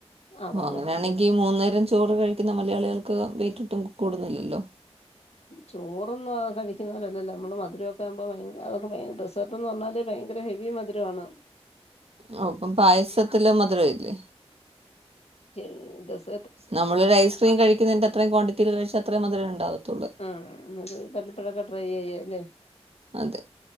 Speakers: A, on the left (about 75°); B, on the right (about 65°).
A: ആ
B: ഓ
A: വല്ലപ്പ
B: അങ്ങനെയാണെങ്കി മൂന്ന് നേരം ചോറ് കഴിക്ക്ന്ന മലയാളികൾക്ക് വെയിറ്റിട്ടും കൂടുന്നില്ലല്ലോ
A: ചോറൊന്നും ആ കഴിക്കുന്ന പോലല്ലല്ലോ. നമ്മള് മധുരൊക്കെ ആവുമ്പോ ഭയങ്ക അതൊക്കെ ഭയ ഡെസർട്ടെന്ന് പറഞ്ഞാലേ ഭയങ്കര ഹെവി മധുരവാണ്.
B: ഓ അപ്പം പായസത്തില് മധുരം ഇല്ലേ
A: ഏ ഡെസ്
B: നമ്മളൊരു ഐസ്ക്രീം കഴിക്കുന്നതിന്റെ അത്രയും ക്വാണ്ടിറ്റീല് കഴിച്ച അത്രേം മധുരേ ഉണ്ടാവത്തുള്ളൂ
A: ആ എന്നത് വല്ലപ്പൊഴൊക്കെ ട്രൈ ചെയ്യാ അല്ലേ?
B: അതെ